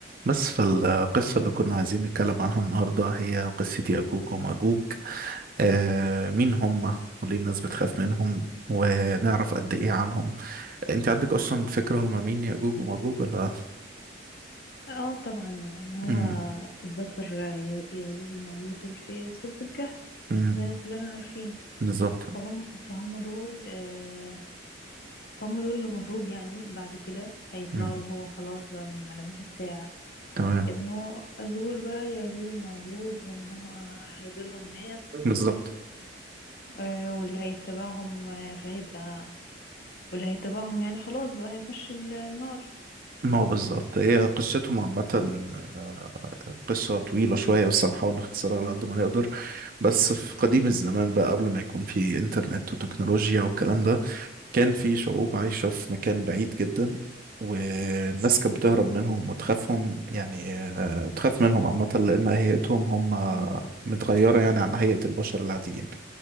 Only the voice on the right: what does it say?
بس فالقصة اللي كنا عايزين نتكلم عنها النهاردة هي قصة يأجوج ومأجوج آه مين هم وليه الناس بتخاف منهم ونعرف قد إيه عنهم أنت عندك أصلا فكرة هم مين يأجوج ومأجوج ولا
مم،
مم،
بالظبط
مم،
تمام
بالظبط
ما هو بالظبط هي قصتهم عامة آه، قصة طويلة شوية بس هنحاول نختصرها
على قد ما نقدر بس في قديم الزمان بقى قبل ما يكون في إنترنت وتكنولوجيا والكلام ده كان في شعوب عايشة في مكان بعيد جدا والناس كانت بتهرب منهم وتخافهم يعني آه، تخاف منهم عامة لأن هيئتهم هم
متغيرة يعني عن هيئة البشر العاديين